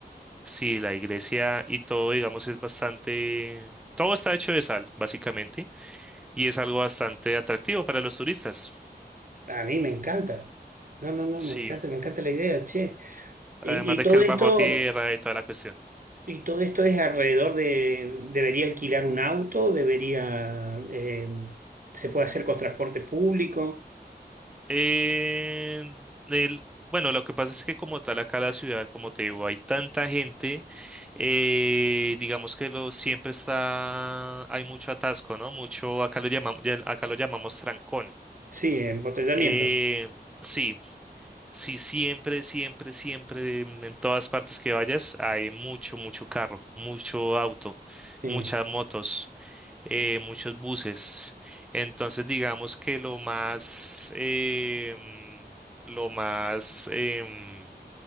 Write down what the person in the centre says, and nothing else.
Sí, la iglesia y todo, digamos, es bastante, todo está hecho de sal, básicamente, y es algo bastante atractivo para los turistas.
Sí.
Además
de
que es
bajo tierra y toda la cuestión.
Eh, del- bueno, lo que pasa es que como tal acá la ciudad, como te digo, hay tanta gente, eh, digamos que lo, siempre está, hay mucho atasco, ¿no? Mucho, acá lo llamamos, acá lo llamamos trancón.
Eh, sí. Sí, siempre, siempre, siempre, em, en todas partes que vayas, hay mucho, mucho carro, mucho auto,
muchas motos, eh, muchos buses. Entonces, digamos que lo más, em, lo más, em,